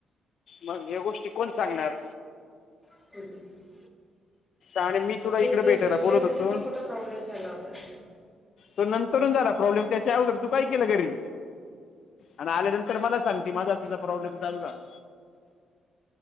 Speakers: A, on the left; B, in the centre.
A: मग या गोष्टी कोण सांगणार.
B: ह.
A: आणि मी तुला इकडे
B: ते
A: भेटायला
B: डिस्प्लेचा
A: बोलवत होतो.
B: किती मोठा प्रॉब्लेम झाला होता
A: तो नंतरून झाला प्रॉब्लेम त्याच्या अगोदर तू काय केलं घरी. आणि आल्यानंतर मला सांगते माझा त्याचा प्रॉब्लेम चालू झाला.